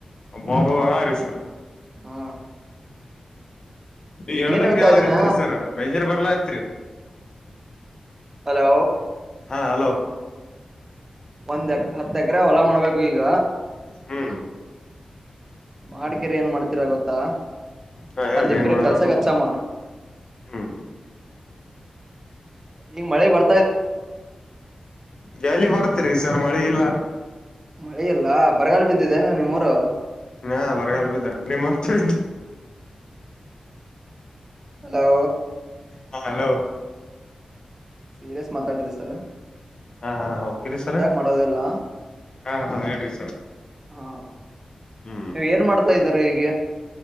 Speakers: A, on the left; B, on the right.
A: ಬಾಬು ಹಾ ರೀ ಸರ್
B: ಹಾ.
A: ಹೇಳ್ದಂಗೆ
B: ಏನ್ ಹೇಳ್ತಾ
A: ಯಾಲಗತ್ರಿ
B: ಇದ್ದಾನ
A: ಸರ್ ಬೇಜಾರ್ ಬರ್ಲಾ. ತ್ರಿ.
B: ಹಲೋ
A: ಹಾ ಹಲೋ.
B: ಒಂದ್ ಹತ್ತ. ಎಕ್ರೆ ಹೊಲಾ ಮಾಡ್ಬೇಕು ಈಗ.
A: ಹ್ಮ್
B: ಮಾಡಿಕೇರಿ ಏನ್ ಮಾಡ್ತೀರಾ ಗೊತ್ತಾ.
A: ಹಾ ಹೇಳ್ರಿ
B: ಒಂದ್ ಇಬ್ಬ್ರ
A: ಏನ್ ಮಾಡ್ಬೇಕು
B: ಕೆಲ್ಸಕ್ ಹಚ್ಚಮ್ಮ
A: ಹ್ಮ್.
B: ಈಗ ಮಳೆ ಬರ.
A: ಜಲ್ಲಿ ಬರ್ತೀರಿ ಸರ್ ಮಳೆ ಇಲ್ಲ.
B: ಮಳೆ ಇಲ್ಲ ಬರಗಲು ಬಿದ್ದಿದ್ದೆ ನ ನಿಮ್ಮೂರು.
A: ಹಾ ಬರಗಾಲ ಬಿದ್ದಾರ ನಿಮ್ಮಂತ
B: ಹಲೋ.
A: ಹಾ ಹಲೋ.
B: ಸೀರಿಯಸ್ ಮಾತಾಡ್ರಿ ಸರ್.
A: ಹಾ ಹ ಹೋಗ್ತೀರಾ ಸರ
B: ಮಜಾಕ್ ಮಾಡೋದಿಲ್ಲ
A: ಹ ಹಾ ಹೇಳ್ರಿ ಸರ್
B: ಹಾ
A: ಹ್ಮ್
B: ನೀವ್ ಏನ್ ಮಾಡ್ತಾ ಇದ್ದೀರ ಈಗ